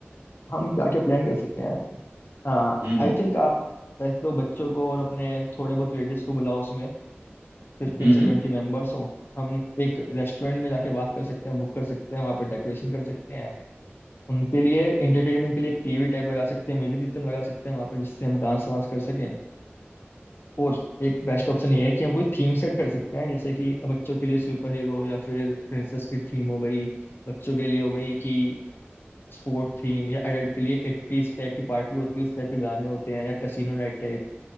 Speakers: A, on the left; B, on the right.
A: हम क्या क्या प्लान कर सकते हैं हाँ
B: हम्म
A: आई थिंक आप वैसे तो बच्चों को और अपने थोड़े बहुत रिलेटिव्स को बुलाओ उसमें फिफ्टीन
B: हम्म
A: से
B: हम्म
A: ट्वेंटी मेंबर्स हों हम एक रेस्टोरेंट में जाके बात कर सकते हैं बुक कर सकते हैं वहाँ पे डेकोरेशन कर सकते हैं उनके लिए एंटरटेनमेंट के लिए एक टीवी टाइप लगा सकते हैं म्यूजिक सिस्टम लगा सकते हैं वहाँ पे जिससे हम डांस वांस कर सकें और एक बेस्ट ऑप्शन ये है कि हम कोई थीम सेट कर सकते हैं जैसे कि बच्चों के लिए सुपर हीरो या फिर प्रिंसेस की थीम हो गई बच्चों के लिए हो गई कि स्पोर्ट थीम या एडल्ट के लिए एट्टीज टाइप की पार्टी होती है उस टाइप के गाने होते हैं या casino night type.